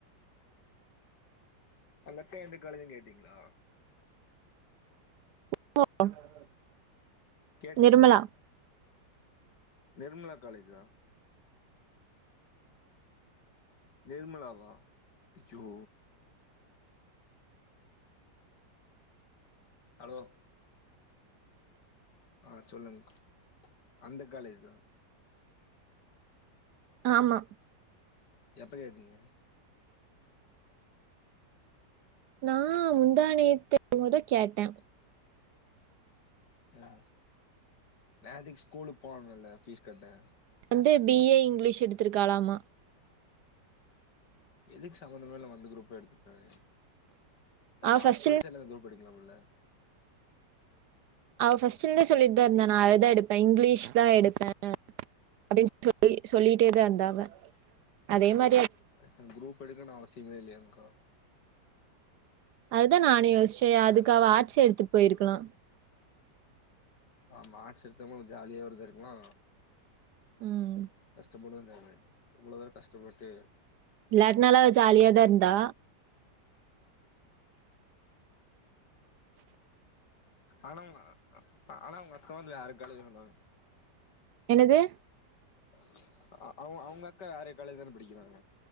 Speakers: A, on the left; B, on the right.
A: அந்த பையேன் எந்த காலேஜ்னு கேட்டீங்களா
B: <unintelligible>
A: கேட்டீங்களா
B: நிர்மலா
A: நிர்மலா காலேஜா நிர்மலா வா அய்யோ ஹலோ அ சொல்லுங் அந்த காலேஜா
B: ஆமா
A: எப்ப கேட்டீங்க
B: நா முந்தாநேத்து என்மோ தா கேட்டே
A: னா நேத்திக் ஸ்கூலுக் போனல்ல ஃபீஸ் கட்ட
B: ந்து பி ஏ இங்கிலீஷ் எடுத்திருக்காளாமா
A: எதுக்கு சம்மந்தமே இல்லாம அந்த குரூப் எடுத்துர்காக அதுக்கு
B: அவ
A: ஆர்ட்ஸ்
B: ஃபர்ஸ்ட்ல
A: படிச்சா <unintelligible> குரூப் படிக்கணுமில்ல
B: அவ ஃபஸ்ட்லர்ந்தே சொல்லிட் தா இருந்தா நா அது தா எடுப்பே இங்கிலீஷ் தா எடுப்பே அப்டின் சொல்லி சொல்லிட்டே தா இர்ந்தா அவ அதே மா
A: அதுக் அந் க்ரூப் எடுக்கனு அவசியமே இல்லயேங்க்கா
B: அது தா நானு யோஸ்ச்சே அதுக்காக
A: ஏங்க
B: ஆட்ஸ்ஸே எடுத்துட் போயிருக்கலா
A: ஆமா ஆட்ஸ் எடுத்தவங்க ஜாலியாவு இருந்திருக்கலா
B: ம்
A: கஷ்டப்பட்னுன் தேவ இல்ல இவ்ளோ தூரோ கஷ்டப்பட்டு
B: இல்லாட்னாலு அவ ஜாலியாதா இர்ந்தா
A: ஆனா உங்க அ ஆனா உங்க அக்கா வந்து வேற காலேஜ் <unintelligible>
B: என்னது
A: அ அ அவுங் அவுங்க அக்கா வேற காலேஜ் தான படிக்கிறாங்க